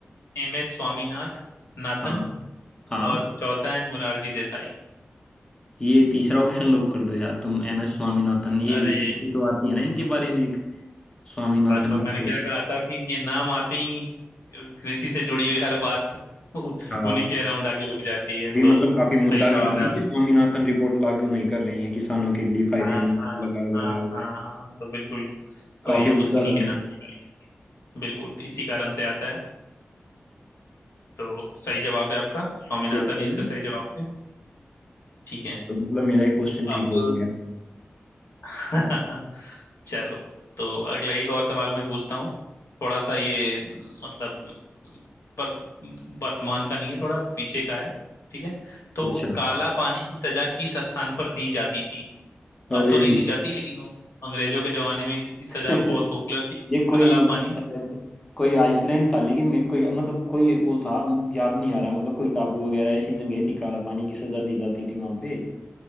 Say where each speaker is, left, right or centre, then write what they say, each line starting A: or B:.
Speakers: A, on the left; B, on the left.
A: एम एस स्वामीनाथ नाथन
B: हाँ हाँ
A: और चौथा है मुरारजी देसाई
B: ये तीसरा ऑप्शन लॉक कर दो यार तुम एम एस स्वामीनाथन ये
A: अरे
B: रिपोर्ट भी तो आती है ना इनके
A: मुझ-
B: बारे में एक स्वामीनाथन
A: बस बस
B: रिपोर्ट
A: मैंने क्या कहा था कि ये नाम आते ही कृषि से जुड़ी हुई हर बात उ-
B: का
A: उन्हीं के अराउंड आके रुक जाती है
B: भी मतलब
A: तो
B: काफी मुद्दा
A: सही जवाब
B: भी था ना
A: है
B: कि स्वामीनाथन रिपोर्ट लागू नहीं कर रहे हैं किसानों के लिए फायदेमंद
A: हाँ हाँ
B: लगाओ
A: हाँ
B: लगाओ
A: हाँ हाँ तो बिल्कुल तो
B: काफी
A: ये उस
B: मुद्दा
A: इन्हीं
B: था
A: के
B: ये
A: नाम की गाई थी बिल्कुल तो इसी कारण से आता है तो सही जवाब है आपका स्वामीनाथन
B: बिल्कुल
A: ही इसका सही जवाब है ठीक है
B: तो मतलब मेरा एक क्वेश्चन ठीक
A: अब
B: हो गया
A: <laughs> चलो तो अगला एक और सवाल मैं पूछता हूँ थोड़ा सा ये म, मतलब म, वर्त, वर्तमान का नहीं है थोड़ा पीछे का है ठीक है तो
B: अच्छा
A: काला पानी की सजा किस स्थान पर दी जाती थी अब
B: अरे
A: तो नहीं दी जाती लेकिन वो अंग्रेजों के जमाने में इस, इस
B: <laughs>
A: सजा बहुत पॉपुलर थी
B: ये कोई
A: काला पानी
B: शायद कोई आइसलैंड था लेकिन मेरे को मतलब कोई वो था याद नहीं आ रहा मतलब कोई टापू वगैरह ऐसी जगह थी काला पानी की सजा दी जाती थी वहां पे